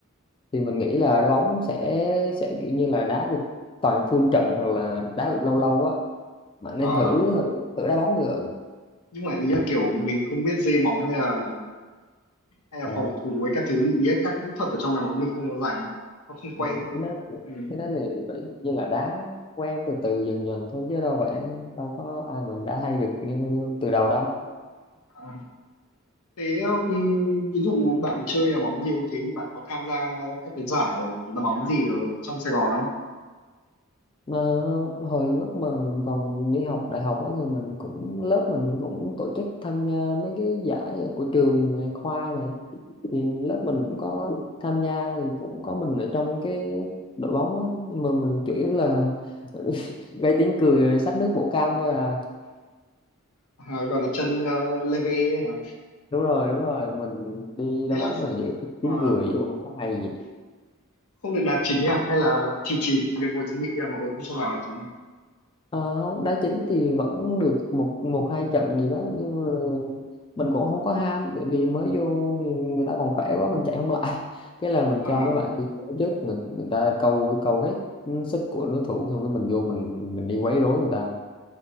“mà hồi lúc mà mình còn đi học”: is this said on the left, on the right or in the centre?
Left